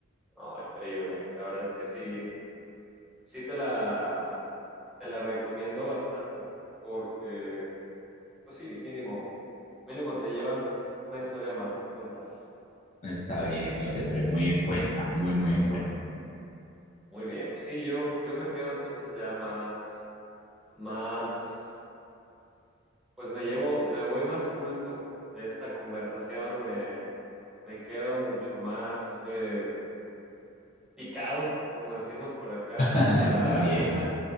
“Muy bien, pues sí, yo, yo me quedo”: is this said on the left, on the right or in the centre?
Centre